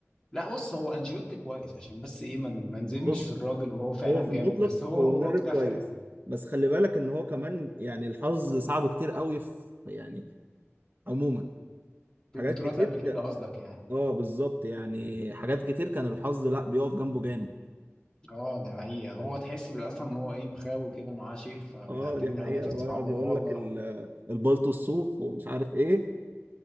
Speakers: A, on the left; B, on the right.
A: لا بص هو انشيلوتي كويس عشان بس ايه ما من... نزمش
B: بص
A: في الراجل وهو فعلا
B: هو في
A: جامد
B: المطلق
A: بس هو
B: هو
A: هو
B: مدرب
A: اكتفى
B: كويس
A: يعني
B: بس خلي بالك ان هو كمان يعني الحظ ساعده كتير قوي في يعني عموما
A: في
B: حاجات
A: البطولات
B: كتير
A: قبل كده
B: كان
A: قصدك يعني
B: اه بالظبط يعني حاجات كتير كان الحظ لا بيقف جنبه جامد
A: اه دي حقيقة هو تحس بال- اصلا ان هو ايه مخاوي كده معاه شيخ فبيعدي
B: اه دي
A: له الحاجات
B: حقيقة
A: الصعبة
B: ويقعد يقول
A: اه والله
B: لك ال- البلطو الصوف ومش عارف ايه